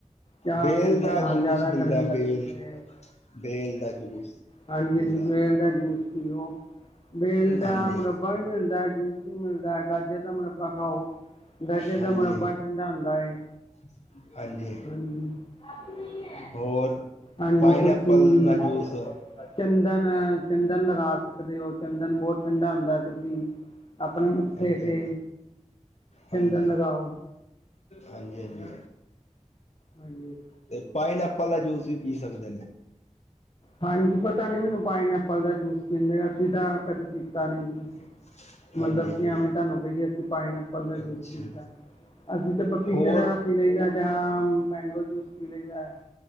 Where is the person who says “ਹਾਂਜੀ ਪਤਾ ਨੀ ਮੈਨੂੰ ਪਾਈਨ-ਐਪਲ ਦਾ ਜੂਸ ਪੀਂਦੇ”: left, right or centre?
Left